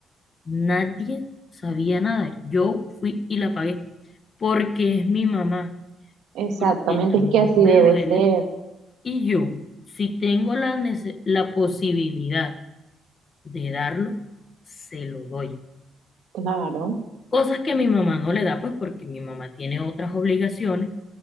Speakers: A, on the left; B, on the right.
A: Nadie sabía nada. Yo fui y la pagué porque es mi mamá,
B: exactamente,
A: porque a
B: es
A: mí
B: que así
A: no me
B: debe
A: duele
B: ser,
A: y yo, si tengo la, nece- la posibilidad de darlo, se lo doy.
B: claro,
A: Cosas que mi mamá no le da, pues porque mi mamá tiene otras obligaciones